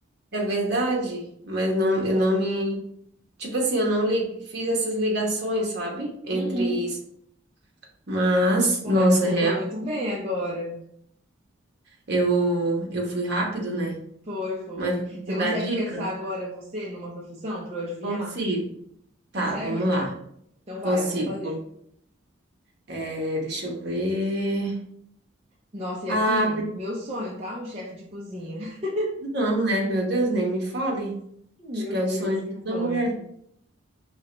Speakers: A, on the right (about 50°); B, on the right (about 30°).
A: É verdade, mas não,
B: Ele só.
A: eu não me Tipo assim, eu não li- fiz essas ligações, sabe? Entre
B: Uhum.
A: isso. Mas,
B: Pô,
A: nossa,
B: mas você
A: real,
B: foi muito bem agora.
A: eu, eu fui rápido, né?
B: Foi, foi.
A: Mas
B: Você
A: vou
B: consegue
A: dar dica?
B: pensar agora você numa profissão para eu adivinhar?
A: Consigo. Tá,
B: Consegue?
A: vamos lá.
B: Então vai,
A: Consigo.
B: vamos fazer.
A: Vamos- É, deixa eu ver.
B: Nossa, e
A: Ah,
B: aqui, meu sonho, tá? Um chefe de cozinha. <laughs>
A: não, né? Meu Deus, nem me fale.
B: Meu
A: Acho que
B: Deus,
A: é o sonho de
B: que sonho.
A: toda mulher.